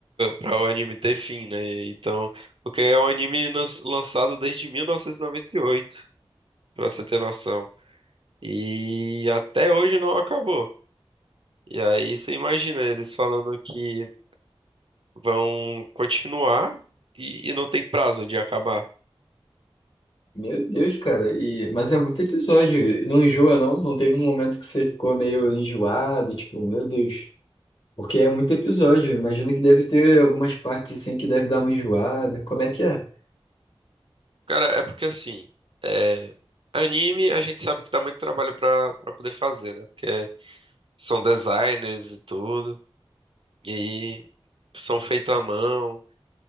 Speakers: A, on the right (about 65°); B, on the left (about 55°).
A: para o anime ter fim, né? Então, porque é um anime lan- lançado desde mil novecentos e e noventa e oito pra você ter noção. E até hoje não acabou. E aí você imagina eles falando que vão continuar e, e não tem prazo de acabar.
B: Meu Deus, cara. E... Mas é muito episódio. Não enjoa, não? Não teve um momento que você ficou meio enjoado, tipo, meu Deus. Porque é muito episódio. Imagino que deve ter algumas partes assim que deve dar uma enjoada. Como é que é?
A: Cara, é porque assim, é, anime a gente sabe que dá muito trabalho pra, pra poder fazer, né? Porque são designers e tudo, e aí são feitos à mão,